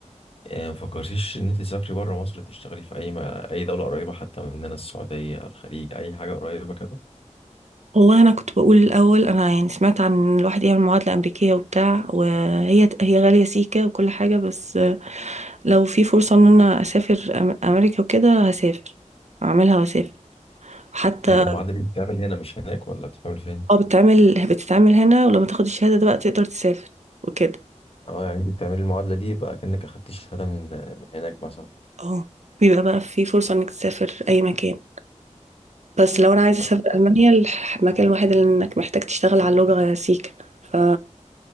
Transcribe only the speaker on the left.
آه، ما فكرتيش إن أنت تسافري بره مصر تشتغلي في أي ما... أي دولة قريبة حتى مننا السعودية الخليج أي حاجة قريبة كده
دي المعادلة دي بتتعمل هنا مش هناك ولا بتتعمل فين؟
أه يعني أنت بتعملي المعادلة دي بقى كأنك أخدتي شهادة من من هناك مثلا
طب